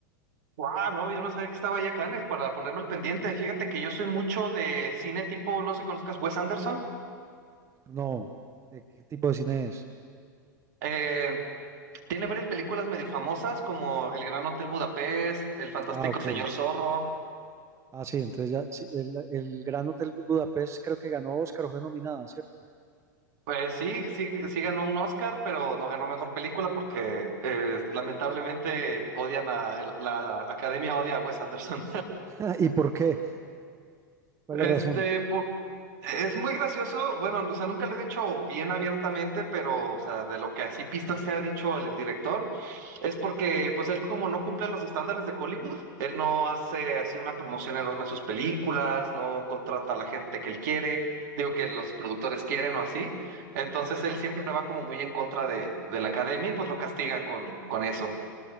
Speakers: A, on the right; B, on the right.
A: Guau, no, yo no sabía que estaba ya Cannes para ponerme al pendiente. Fíjate que yo soy mucho de cine tipo, no sé si conozcas Wes Anderson.
B: No, ¿de ¿qué tipo de cine es?
A: Eh, tiene varias películas medio famosas como El Gran Hotel Budapest, El Fantástico
B: Ah, ok.
A: Señor Zorro.
B: Ah, sí, entonces ya, sí, el, el Gran Hotel Budapest creo que ganó Oscar, o fue nominada, ¿cierto?
A: Pues sí, sí, sí ganó un Oscar, pero no ganó mejor película porque eh, lamentablemente odian a la Academia odia a Wes Anderson.
B: <laughs> ¿Y por qué? ¿Cuál
A: Este,
B: es la razón?
A: por- es muy gracioso, bueno, no, o sea, nunca lo he dicho bien abiertamente, pero, o sea, de lo que así pista se ha dicho el, el director, es porque, pues, él como no cumple los estándares de Hollywood, él no hace así una promoción enorme de sus películas, no contrata a la gente que él quiere, digo que los productores quieren o así, entonces él siempre va como muy en contra de, de la academia y pues lo castigan con, con eso.